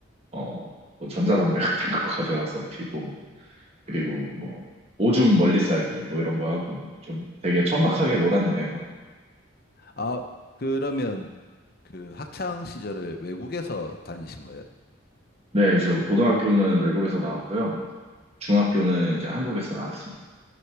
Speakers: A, on the right; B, on the left.
A: 어, 뭐 전자담배 <laughs> 같은 거 가져와서 피고, 그리고 뭐, 오줌 멀리 싸기, 뭐 이런 거 하고, 좀 되게 천박하게 놀았네요.
B: 아 그러면 그 학창 시절을 외국에서 다니신 거예요?
A: 네, 저 고등학교는 외국에서 나왔고요. 중학교는 이제 한국에서 나왔습니다.